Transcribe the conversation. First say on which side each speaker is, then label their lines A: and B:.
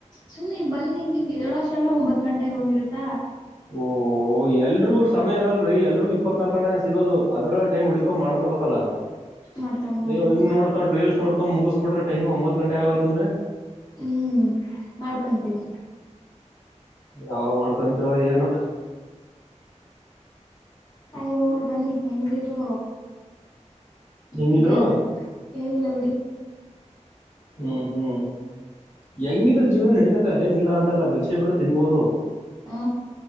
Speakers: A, on the left (about 35°); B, on the left (about 80°).
A: ಸುಮ್ ಬಂದಿಗ್ ಹಿಂಗ್ ಎದ್ದಾಳಾಸ್ಟ್ ಒಂಬತ್ ಗಂಟೆ ಹೋಗಿರತ
B: ಓ ಎಲ್ರಿಗೂ ಸಮಯ ಇರಲ್ರಿ ಎಲ್ರಿಗೂ ಇಪ್ಪತ್ನಾಕ ಗಂಟೆನೆ ಸಿಗೋದು ಅದ್ರಲ್ಲ ಟೈಮ್ ಹುಡ್ಕೊಂಡ್ ಮಾಡ್ಕೋಬೇಕಲ್ಲ
A: ಮಾಡ್ಕೊಂಡ್ ಮಾಡ್ಕತೀನಿ
B: ಎವ್ ಹಿಂಗ್ ನೋಡ್ಕೊಂಡ್ ರೀಲ್ಸ್ ನೋಡ್ಕೊಂಡ್ ಮುಗಿಸಬಿಟ್ರೆ ಟೈಮ್ ಒಂಬತ್ ಗಂಟೆ ಆಗೋಯ್ತು ಅಂದ್ರೆ
A: ಹ್ಮ್ ಮಾಡ್ಕಂತಿನಿ
B: ಯಾವಗ್ ಮಾಡ್ಕೊಂತೀರೋ ಏನೊ
A: ಅಯ್ಯೋ ಬನ್ನಿ ಹೆಂಗಿದ್ರು <unintelligible>
B: ಹಿಂಗಿದ್ರು
A: ಏನಿಲ್ಲ ಬಿಡಿ
B: ಹ್ಮ್ ಹ್ಮ್ ಹೆಂಗಿದ್ರು ಜೀವನ ನಡೀತತ್ ಅದೇನ ಇಲ್ಲ ಅಂತಲ್ಲ ಭಿಕ್ಷೆ ಬಿಡು ತಿನ್ಬೋದು
A: ಹಾ